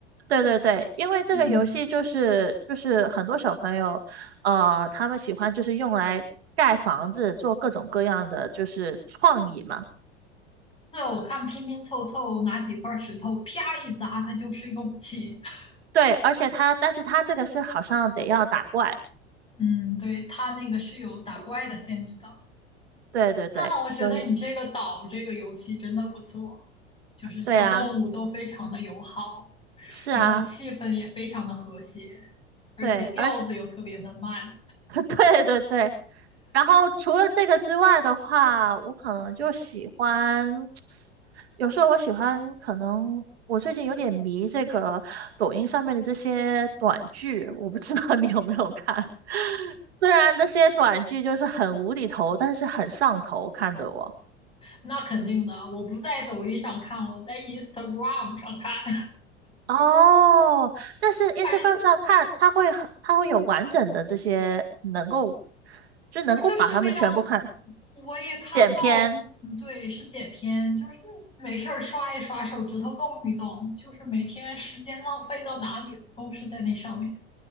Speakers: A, on the right; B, on the left.
A: 对对对，因为这个游戏就是就是很多小朋友，
B: 嗯，
A: 呃，他们喜欢就是用来盖房子，做各种各样的就是创意嘛，
B: 对哦，我看拼拼凑凑拿几块石头啪一砸，它就是一个武器。<laughs>
A: 对，而且它，但是它这个是好像得要打怪，
B: 嗯，对，它那个是有打怪的限制的。
A: 对对对，
B: 那我觉得你这个岛这个游戏真的不错，
A: 所以
B: 就是小动物都非常的友好，
A: 对啊，是啊。
B: 然后气氛也非常的和谐，而且调子又特别的慢。
A: 对，而 <laughs> 对对对，然后除了这个之外的话，我可能就喜欢，有时候我喜欢，可能我最近有点迷这个抖音上面的这些短剧，我不知道你有没有看。<laughs> 虽然这些短剧就是很无厘头，但是很上头，看的我。
B: 那肯定的，我不在抖音上看，我在 Instagram 上看，
A: 哦，但是
B: <laughs>
A: Instagram
B: 反正就
A: 上看，它会很，它会有完整的这些能够，就能够把它们全部看
B: 它就是非常，我也看不到，
A: 剪片。
B: 嗯，对，是剪片，就是没事儿刷一刷，手指头动一动，就是每天时间浪费到哪里了，都是在那上面，